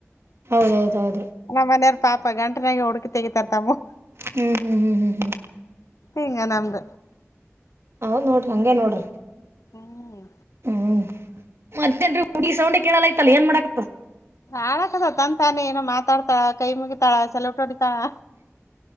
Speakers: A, on the right; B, on the left.
A: ಹೌದ ಹೌದ ಹೌದ್ರಿ.
B: ಮನೆಯಾರ ಪಾಪ ಗಂಟನಾಗ ಹುಡುಕಿ ತಗಿತಾರ ತಮ್ಮ
A: ಹ್ಮ್ ಹ್ಮ್ ಹ್ಮ್ ಹ್ಮ್ ಹ್ಮ್.
B: ಹಿಂಗ ನಮದ
A: ಅವನ್ ನೋಡ್ರಿ ಹಂಗೆ ನೋಡ್ರಿ
B: ಹ್ಮ್
A: ಹ್ಮ್ ಮತ್ತನ್ರಿ ಹುಡುಗಿ ಸೌಂಡೆ ಕೇಳಲ್ಲಯ್ತಲ್ಲ ಏನ್ ಮಾಡಕತ್
B: ಆಡಕದ ತ ತಾನೇ ಏನೋ ಮಾತಾಡ್ತಾ ಕೈ ಮುಗಿ ತಾಳ ಸೆಲ್ಯೂಟ್ ಹೋಡಿ ತಾಳ